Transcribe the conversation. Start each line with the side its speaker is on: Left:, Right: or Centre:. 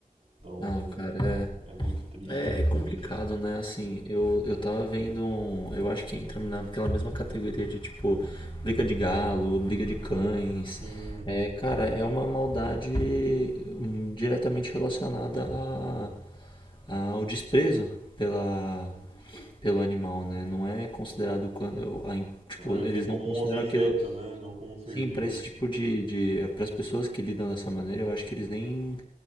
Right: Então,
Left: Ah, cara,
Right: é muito triste,
Left: é,
Right: é muito
Left: é é complicado,
Right: triste.
Left: né? Assim, eu, eu tava vendo um, eu acho que entra naquela mesma categoria de tipo briga de galo, briga de cães.
Right: Sim,
Left: É, cara, é uma maldade hum, diretamente relacionada a, ao desprezo pela pelo animal, né? Não é considerado quando eu- a- tipo,
Right: é ver
Left: eles
Right: como
Left: não consideram
Right: um objeto,
Left: aquilo
Right: né? Não como um ser
Left: Sim,
Right: vivo.
Left: para esse tipo de, de para as pessoas que lidam dessa maneira, eu acho que eles nem